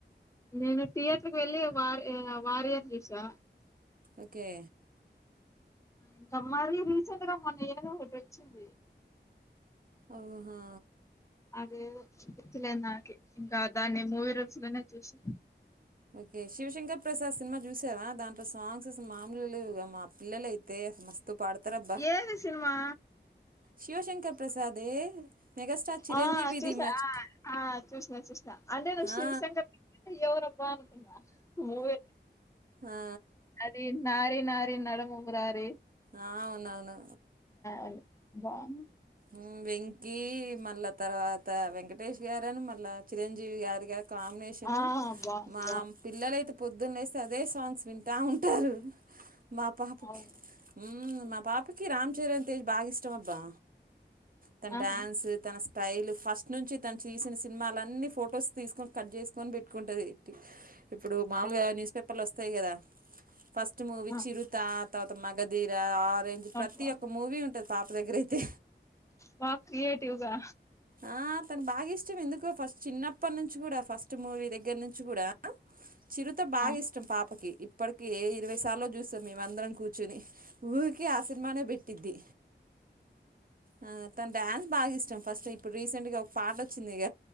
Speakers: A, on the left; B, on the right.
A: నేను థియేటర్కి వెళ్ళి వార్ ఆ ఇ వారియర్ చూసా.
B: ఓకే
A: ఇంకా మారి రీసెంట్గా మొన్న ఏదో ఒకటొచ్చింది.
B: ఆహా
A: అదేదో గుర్తులే నాకే, ఇంకా దాన్ని మూవీ రూల్స్ లోనే చూస్నా
B: ఓకే శివశంకర్ ప్రసాద్ సినిమా చూసావా దాంట్లో సాంగ్స్ అసలు మామూలుగా లేవుగా, మా పిల్లలయితే అసలు మస్త్ త్ పాడతరబ్బా.
A: ఏది సినిమా
B: శివశంకర్ ప్రసాదే మెగాస్టార్ చిరంజీవిది
A: ఆ చూసా
B: మచ్
A: ఆ ఆ చూసిన చూసిన అంటే నువ్వు శివశంకర్
B: ఆ,
A: ప్రస్ అంటే ఎవరబ్బా అన్ కున్న మూవీ
B: ఆ,
A: అది నారీ నా నడమ మురారి
B: ఆ అవునవును,
A: అది. బాగుంది
B: ఉ వెం కీ మళ్ళా తర్వాత, వెంకటేష్ గారని మళ్ళా చిరంజీవి గారుగ కాంబినేషన్
A: ఆ బాగుంది
B: మా
A: బాగుంది
B: పిల్లలయితే పొద్దున్న లేస్తే అదే సాంగ్స్ వింటా ఉంటారు. మా పాపకి
A: అవును
B: ఉమ్ మా పాపకి రామ్ చరణ్ తేజ్ బాగా ఇష్టం అబ్బా. తన
A: ఆహా
B: డ్యాన్సు తన స్ స్టైల్ ఫస్ట్ నుంచి తను చేసిన సినిమాలన్నీ ఫొటోస్ తీసుకొని కట్ చేసుకొని పెట్టుకుంటది, ఇప్పుడు మాముూలుగా న్యూస్ పేపర్లు వస్తయి కదా ఫస్ట్ ట్ మూవీ
A: ఆ
B: చిరుతా తాత మ మగధీర ఆర్ రెంజ్ ప్రతి
A: అబ్బా
B: ఒక్క మూవీ ఉం పాప దగ్గర అయితే
A: వా క్రియేటివ్ గా
B: ఆ తను బాగా ఇష్టం ఎందుకో ఫస్ట్ చిన్నప్పటి నుంచి గుడ, ఫస్ట్ మూవీ దగ్గర నుంచి గుడా చిరుత బాగా
A: ఆ
B: ఇష్టం పాపకి. ఇప్పటిక ఇరవై సార్లో చూస్తాం మేమందరం కూర్ కూర్చొని ఊరికి ఆ సినిమానే పెట్టిద్ది, ఆ తన డ్యాన్స్ బాగా ఇష్టం ఫస్ట్ ఇప్పుడు రీసెంట్గా ఒక పాట వచ్చిందిగ,